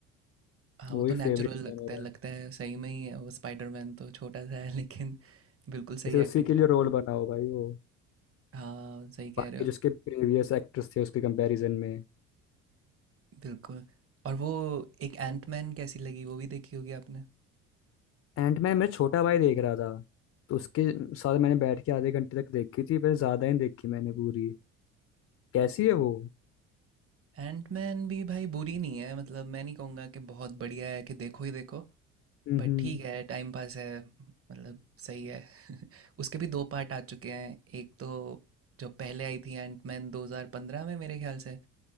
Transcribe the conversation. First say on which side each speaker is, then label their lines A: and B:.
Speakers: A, on the right; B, on the left.
A: हाँ
B: वो
A: वो
B: ही
A: तो नेचुरल
B: फेवरेट
A: लगता
B: है मेरा
A: है लगता है सही में ही है वो स्पाइडरमैन तो छोटा सा है लेकिन बिल्कुल सही
B: जैसे
A: एक्टिंग
B: उसी के
A: करता
B: लिए रोल
A: है
B: बना हो भाई वो
A: हाँ सही कह
B: बाकी
A: रहे हो
B: जो उसके प्रीवियस एक्टर्स थे उसके कंपैरिजन में
A: बिल्कुल और वो एक एंटमैन कैसी लगी वो भी देखी होगी आपने
B: एंटमैन मेरा छोटा भाई देख रहा था तो उसके साथ मैंने बैठ के आधे घंटे तक देखी थी पर ज्यादा ही देखी मैंने पूरी कैसी है वो
A: एंटमैन भी भाई बुरी नहीं है मतलब मैं नहीं कहूँगा कि बहुत बढ़िया है कि देखो ही देखो
B: हम्म
A: बट ठीक है टाइम पास है मतलब सही है <laughs> उसके भी दो पार्ट आ चुके हैं एक तो जो पहले आई थी एंटमैन 2015 में मेरे ख्याल से